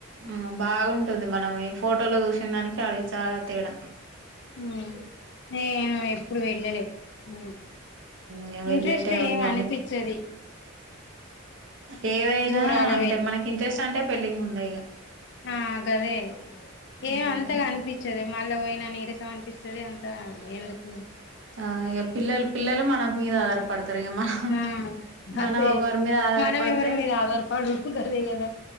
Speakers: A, on the right; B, on the left.
A: ఆహ్ బాగుంటుంది మనం ఈ ఫోటోలో చూసిన దానికి అడికి చాలా తేడా.
B: ఉమ్ నేను ఎప్పుడు వెళ్ళలే. మూవీల్
A: ఇక వెళ్ళే
B: ఇంట్రెస్ట్
A: టైం
B: ఏం
A: ఇక
B: అనిపించది.
A: ఏవైనా
B: చూడాలి
A: అంటే మనకి ఇంట్రెస్ట్ అంటే పెళ్ళికి ముందే ఇగా.
B: ఆహ్ గదే
A: ఇక
B: ఏం అంతగా అనిపించదు. మళ్ళా పోయినా నీరసం మనిపిస్తది అంతా ఎందుకు.
A: ఆహ్ ఇగ పిల్లలు పిల్లలు మనం. మీద ఆధారపడతారు ఇగ మనం.
B: ఆ
A: మనం
B: అసే
A: ఒకరి మీద ఆధారపడితే.
B: మనం ఎవరి మీద ఆధారపడుడు గదే కదా